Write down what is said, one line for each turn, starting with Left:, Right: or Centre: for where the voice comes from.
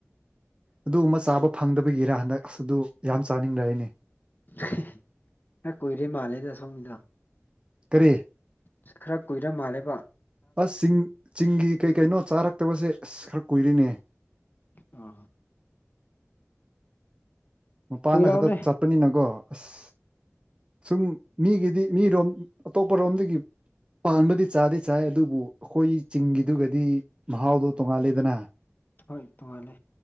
Right: ꯑꯗꯨꯒꯨꯝꯕ ꯆꯥꯕ ꯐꯪꯗꯕꯒꯤꯔ ꯍꯟꯗꯛ ꯑꯁ ꯑꯗꯨ ꯌꯥꯝ ꯆꯥꯅꯤꯡꯂꯩꯔꯦꯅꯦ
Left: ꯈꯔꯥ ꯀꯨꯏꯔꯦ ꯃꯥꯂꯦꯅꯦ ꯁꯣꯃꯤꯗꯣ
Right: ꯀꯔꯤ
Left: ꯑꯁ ꯈꯔ ꯀꯨꯏꯔ ꯃꯥꯜꯂꯦꯀꯣ
Right: ꯑꯁ ꯆꯤꯡ ꯆꯤꯡꯒꯤ ꯀꯩ ꯀꯩꯅꯣ ꯆꯥꯔꯛꯇꯕꯁꯦ ꯑꯁ ꯈꯔ ꯀꯨꯏꯔꯤꯅꯦ
Left: ꯑ
Right: ꯃꯄꯥꯟꯗ
Left: ꯀꯨꯏꯔꯕꯅꯦ
Right: ꯈꯛꯇ ꯆꯠꯄꯅꯤꯅꯀꯣ ꯑꯁ ꯁꯨꯝ ꯃꯤꯒꯤꯗꯤ ꯃꯤꯔꯣꯝ ꯑꯇꯣꯞꯄꯔꯣꯝꯗꯒꯤ ꯄꯥꯟꯕꯗꯤ ꯆꯥꯗꯤ ꯆꯥꯏꯌꯦ ꯑꯗꯨꯕꯨ ꯑꯩꯈꯣꯏ ꯆꯤꯡꯒꯤꯗꯨꯒꯗꯤ ꯃꯍꯥꯎꯗꯨ ꯇꯣꯡꯉꯥꯂꯦꯗꯅ
Left: ꯍꯣꯏ ꯇꯣꯉꯂꯦ